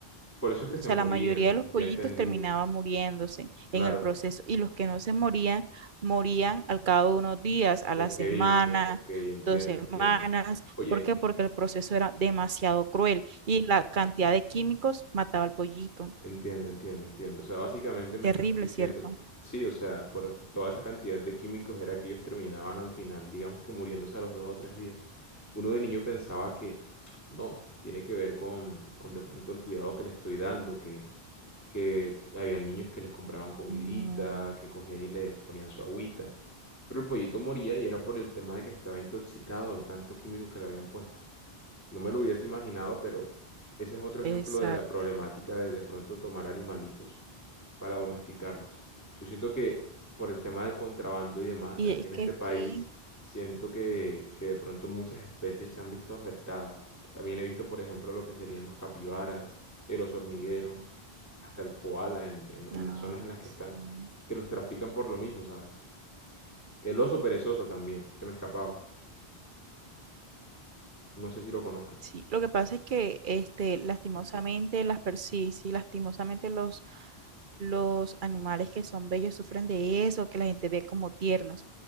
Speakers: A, on the left; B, on the right.
A: Por eso es
B: o
A: que se
B: sea,
A: morían.
B: la mayoría de los pollitos
A: Ya entendí.
B: terminaban muriéndose
A: Claro.
B: en el proceso y los que no se morían, morían al cabo de unos días, a
A: Ok,
B: la semana,
A: ok, ok, entiendo,
B: dos semanas.
A: entiendo. Oye.
B: ¿Por qué? Porque el proceso era demasiado cruel y la cantidad de químicos mataba al pollito.
A: Entiendo, entiendo, entiendo. O sea, básicamente me
B: Terrible,
A: estás diciendo,
B: ¿cierto?
A: sí, o sea, por toda esa cantidad de químicos era que ellos terminaban al final, digamos que muriéndose a los dos o tres días. Uno de niño pensaba que, no, tiene que ver con, con de pronto el cuidado que le estoy dando, que, que había niños que les compraban comidita,
B: No.
A: que cogían y les ponían su agüita. Pero el pollito moría y era por el tema de que estaba intoxicado de tanto químico que le habían puesto. No me lo hubiese imaginado, pero ese es otro ejemplo
B: Exacto.
A: de la problemática de de pronto tomar animalitos para domesticarlos. Yo siento que por el tema del contrabando y demás,
B: Y
A: aquí
B: es
A: en
B: que
A: este
B: aquí,
A: país, siento que, que de pronto muchas especies se han visto afectadas. También he visto, por ejemplo, lo que serían los capibaras, el oso hormiguero, hasta el koala en, en- en
B: ah,
A: las zonas en las que
B: sí,
A: están, que los trafican por lo mismo, ¿sabes? El oso perezoso también, se me escapaba. No sé si lo conozcas.
B: sí. Lo que pasa es que, este, lastimosamente, las persis, sí, sí, lastimosamente los, los animales que son bellos sufren de eso, que la gente ve como tiernos.